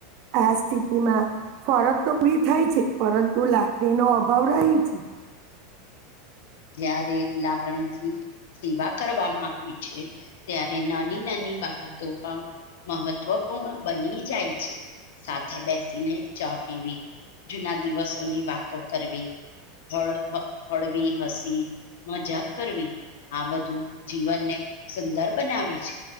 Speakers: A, on the right; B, on the left.
A: આ સ્થિતિમાં ફરજ તો બી થાય છે પરંતુ લાકડીનો અભાવ રહી છે.
B: જયારે લાગણી થી સેવા કરવામાં આવી ત્યારે નાની નાની બાબતો પણ મહત્વપૂર્ણ બની જાય છે. સાથે બેસીને ચા પીવી જૂના દિવસોની વાતો કરવી હળ હ હળવીી હસ મજાક કરવી આ બધું જીવનને સુંદર બનાવે છે.